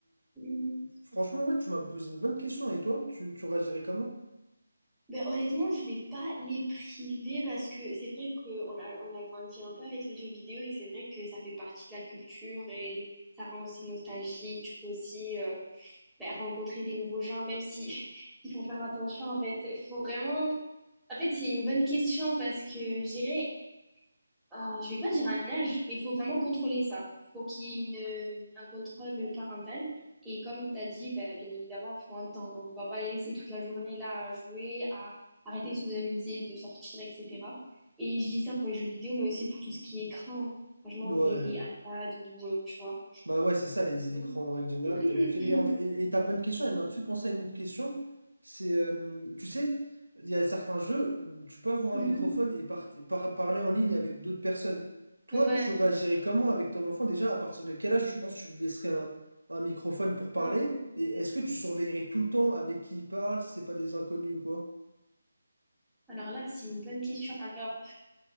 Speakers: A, in the centre; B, on the right (about 80°).
A: Mhm.
B: franchement, ouais, tu m'as posé une bonne question. Et toi, tu, tu réagirais comment?
A: Ben, honnêtement, je vais pas les priver parce que c'est vrai qu'on a, on a grandi un peu avec les jeux vidéo et c'est vrai que ça fait partie de la culture et ça rend aussi nostalgique. Tu peux aussi euh, ben, rencontrer des nouveaux gens, même si <laughs> il faut faire attention en fait. Il faut vraiment... En fait, c'est une bonne question parce que je dirais Euh, je vais pas dire un âge, mais il faut vraiment contrôler ça. Il faut qu'il y ait une- un contrôle parental. Et comme tu as dit, ben, bien évidemment, il faut un temps. Donc, on va pas les laisser toute la journée là à jouer, à arrêter de socialiser, de sortir, etc. Et je dis ça pour les jeux vidéo, mais aussi pour tout ce qui est écran. Franchement,
B: Ouais.
A: télé, iPad ou, euh, tu vois.
B: Bah ouais, c'est ça, les
A: <coughs>
B: écrans en règle générale, t'es obligé. Mais en fait-
A: <clears throat>
B: et, et ta bonne question, elle m'a fait penser à une autre question. C'est, euh, tu sais, il y a certains jeux où tu peux avoir un
A: Mhm.
B: microphone et par- par- parler en ligne avec d'autres personnes. Toi,
A: Ouais.
B: tu réagirais comment avec ton enfant déjà? À partir de quel âge tu penses que tu lui laisserais un, un microphone pour parler?
A: Ah ouais.
B: Et est-ce que tu surveillerais tout le temps avec qui il parle, si c'est pas des inconnus ou quoi?
A: Alors là, c'est une bonne question. Alors,